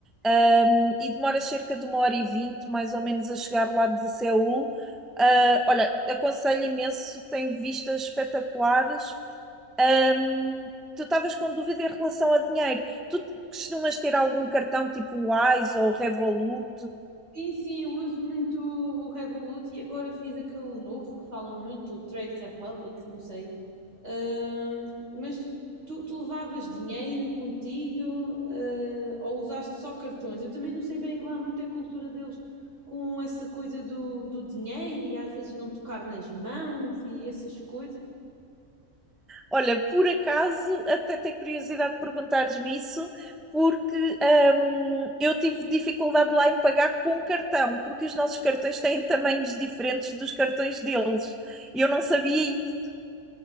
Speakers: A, in the centre; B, on the right.
A: Um, e demora cerca de uma hora e vinte, mais ou menos, a chegar lá de Seul. Uh, olha, aconselho imenso, tem vistas espetaculares Hum, tu estavas com dúvida em relação a dinheiro. Tu costumas ter algum cartão tipo Wise ou Revolut?
B: Sim, sim, eu uso muito o Revolut e agora fiz aquele novo que falam muito, o Trade Republic, não sei. Ahm, mas tu, tu levavas dinheiro contigo, ah, ou usaste só cartões? Eu também não sei bem lá muito a cultura deles com essa coisa do, do dinheiro e às vezes não tocar nas mãos e essas coisas.
A: Olha, por acaso, até tenho curiosidade de perguntares-me isso, porque hum, eu tive dificuldade lá em pagar com cartão, porque os nossos cartões têm tamanhos diferentes dos cartões deles. E eu não sabia isso,